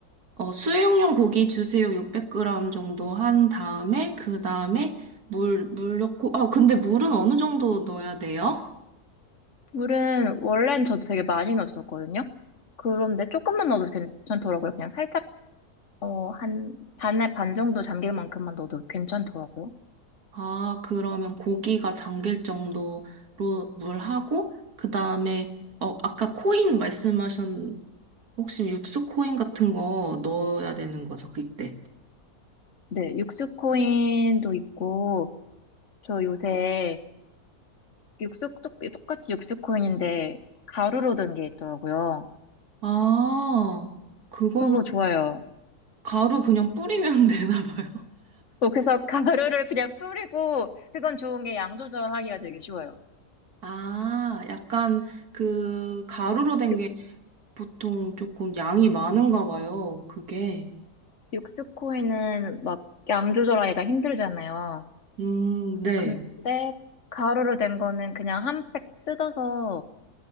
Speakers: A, on the right; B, on the left.
A: 어, 수육용 고기 주세요. 600g 정도 한 다음에, 그 다음에 물, 물 넣고, 아, 근데 물은 어느 정도 넣어야 돼요?
B: 물은 원래는 저도 되게 많이 넣었었거든요. 그런데 조금만 넣어도 괜찮더라고요. 그냥 살짝 어, 한 반에 반 정도 잠길 만큼만 넣어도 괜찮더라고요.
A: 아, 그러면 고기가 잠길 정도로 물 하고, 그 다음에, 어, 아까 코인 말씀하셨, 혹시 육수 코인 같은 거 넣어야 되는 거죠, 그때?
B: 네, 육수코인도 있고 저 요새 육수 똑- 똑같이 육수코인인데 가루로 된 게 있더라고요.
A: 아, 그건
B: 그거 좋아요.
A: 가루 그냥 뿌리면 <laughs> 되나 봐요.
B: 어, 그래서 <laughs> 가루를 그냥 뿌리고 그건 좋은 게 양 조절하기가 되게 쉬워요.
A: 아, 약간 그 가루로 된
B: 육,
A: 게 보통 조금 양이 많은가 봐요, 그게.
B: 육수코인은 막 양 조절하기가 힘들잖아요.
A: 음, 네.
B: 근데 가루로 된 거는 그냥 한 팩 뜯어서